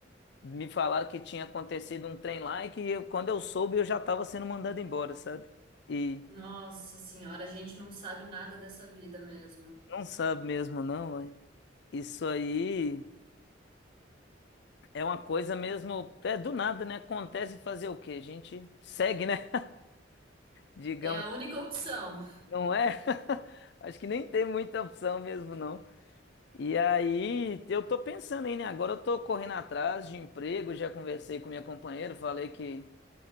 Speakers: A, on the left; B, on the right.
A: me falaram que tinha acontecido um trem lá e que eu- quando eu soube eu já tava sendo mandado embora, sabe? E
B: Nossa senhora, a gente não sabe nada dessa vida mesmo.
A: Não sabe mesmo, não, ué. Isso aí é uma coisa mesmo. É do nada, né? Acontece fazer o quê? A gente segue, né? <laughs> Digamos,
B: É a única opção.
A: não é? <laughs> Acho que nem tem muita opção mesmo, não. E aí, eu tô pensando aí, né? Agora eu tô correndo atrás de emprego, já conversei com minha companheira, falei que,